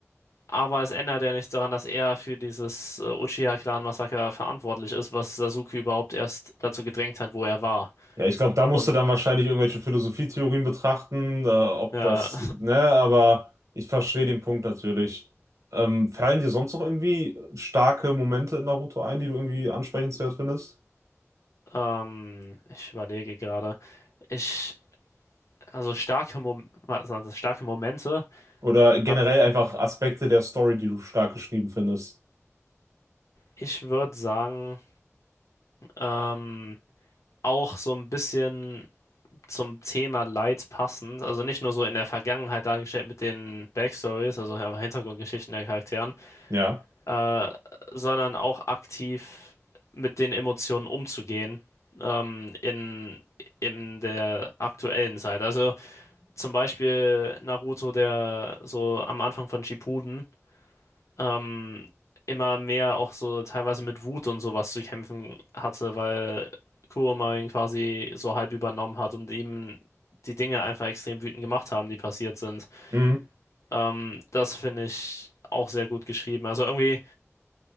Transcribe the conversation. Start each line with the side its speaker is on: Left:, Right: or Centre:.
Left: aber es ändert ja nichts daran, dass er für dieses äh, Uchiha-Clan-Massaker verantwortlich ist, was Sasuke überhaupt erst dazu gedrängt hat, wo er war.
Right: Ja, ich glaube, da musst
Left: Und
Right: du dann wahrscheinlich irgendwelche Philosophietheorien betrachten, äh, ob
Left: ja,
Right: das,
Left: <laughs>
Right: ne, aber ich verstehe den Punkt natürlich. Ähm, fallen dir sonst noch irgendwie starke Momente in Naruto ein, die du irgendwie ansprechenswert findest?
Left: ähm, ich überlege gerade. Ich, also starke Mom also starke Momente.
Right: Oder generell
Left: Äh,
Right: einfach Aspekte der Story, die du stark geschrieben findest?
Left: Ich würde sagen, ähm, auch so ein bisschen zum Thema Leid passend. Also nicht nur so in der Vergangenheit dargestellt mit den Backstories, also einfach Hintergrundgeschichten der Charakteren,
Right: Ja.
Left: äh, sondern auch aktiv mit den Emotionen umzugehen, ähm, in, in der aktuellen Zeit. Also Zum Beispiel Naruto, der so am Anfang von Shippuden ähm, immer mehr auch so teilweise mit Wut und sowas zu kämpfen hatte, weil Kurama ihn quasi so halb übernommen hat und ihm die Dinge einfach extrem wütend gemacht haben, die passiert sind.
Right: Mhm.
Left: Ähm, das finde ich auch sehr gut geschrieben. Also irgendwie,